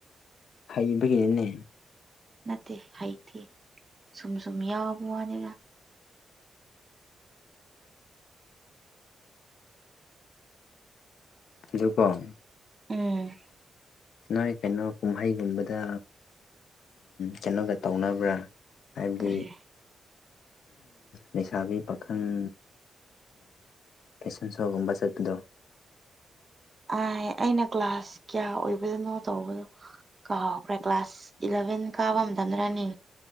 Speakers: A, on the left; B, on the right.
A: ꯍꯩꯕꯒꯤꯅꯦ
B: ꯅꯠꯇꯦ ꯍꯩꯇꯦ ꯁꯨꯝ ꯁꯨꯝ ꯌꯥꯎꯕ ꯋꯥꯅꯤꯅ
A: ꯀꯝ
B: ꯎꯝ
A: ꯅꯣꯏ ꯀꯩꯅꯣ ꯀꯨꯝꯍꯩꯒꯨꯝꯕꯗ ꯀꯩꯅꯣꯒ ꯇꯧꯅꯕ꯭ꯔꯥ ꯍꯥꯏꯕꯗꯤ
B: ꯀꯔꯤ
A: ꯂꯩꯁꯥꯕꯤ ꯄꯥꯈꯪ ꯐꯦꯁꯟ ꯁꯣꯒꯨꯝꯕ ꯆꯠꯄꯗꯣ
B: ꯑ ꯑꯩꯅ ꯀ꯭ꯂꯥꯁ ꯀꯌꯥ ꯑꯣꯏꯕꯗꯅꯣ ꯇꯧꯕꯗꯣ ꯀꯥꯎꯍꯈ꯭ꯔꯦ ꯀ꯭ꯂꯥꯁ ꯏꯂꯚꯦꯟ ꯀꯥꯕ ꯑꯃ ꯊꯝꯗ꯭ꯔꯅꯤ